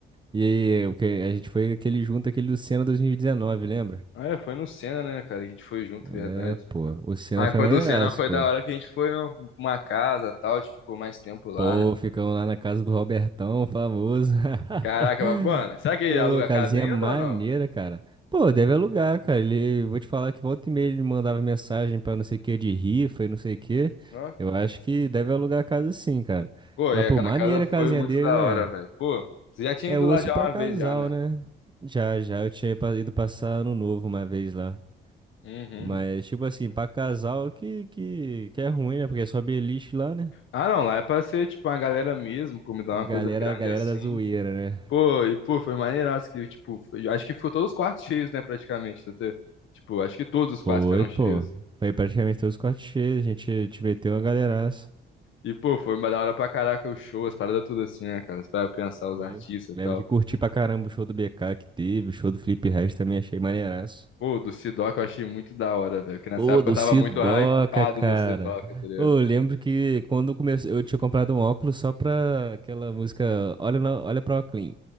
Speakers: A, on the right; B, on the left.
A: E aí, o que a gente foi aquele junto, aquele do Senna 2019, lembra?
B: Ah, é, foi no Senna, né, cara? que A gente foi junto,
A: É,
B: é verdade.
A: pô, o Senna
B: Mas
A: foi
B: Foi
A: maneiraço,
B: foi do sim, Senna, foi
A: pô.
B: da hora que a gente foi num- uma casa e tal, a gente ficou mais tempo lá,
A: Pô,
B: né?
A: ficamos lá na casa do Robertão, famoso. <laughs>
B: Caraca, mas, mano, será que ele
A: Ô,
B: aluga a
A: casinha
B: casa ainda
A: maneira,
B: ou não?
A: cara. Pô, deve alugar, cara. Ele, vou te falar que volta e meia ele mandava mensagem pra não sei o que de rifa e não sei o que.
B: Ó,
A: Eu acho que deve alugar a casa sim, cara.
B: Pô,
A: Mas,
B: e
A: pô,
B: aquela
A: maneira
B: casa
A: a casinha
B: foi muito
A: dele,
B: da
A: né?
B: hora, velho. Pô, você já tinha
A: É
B: ido
A: osso
B: lá já
A: pra
B: uma
A: casal,
B: vez já, né?
A: né? Já, já eu tinha pa- ido passar ano novo uma vez lá.
B: Uhum.
A: Mas, tipo assim, pra casal que, que, que é ruim, né? Porque é só beliche lá, né?
B: Ah, não, lá é pra ser, tipo, uma galera mesmo, comida, uma
A: Galera,
B: coisa grande
A: galera
B: assim.
A: da zoeira, né?
B: Pô, e, pô, foi maneiraço que, tipo, foi- acho que ficou todos os quartos cheios, né, praticamente, Tetê? Tipo, acho que todos os quartos
A: Foi,
B: ficaram
A: pô.
B: cheios.
A: Foi praticamente todos os cortes cheios. A gente te meteu uma galeraça.
B: E, pô, foi uma da hora pra caraca o show, as paradas tudo assim, né, cara? Você vai pensar os
A: Foi.
B: artistas
A: Lembro
B: e tal.
A: que curti pra caramba o show do BK que teve. O show do Felipe Ret também achei maneiraço.
B: Pô, o do Sidoca eu achei muito da hora, velho. Porque nessa
A: Pô,
B: época
A: do
B: eu tava
A: Sidoca,
B: muito hypado
A: cara.
B: no Sidoca, tá ligado?
A: Ô, eu lembro que quando começou, eu tinha comprado um óculos só pra aquela música Olha, na, olha pra Oclean.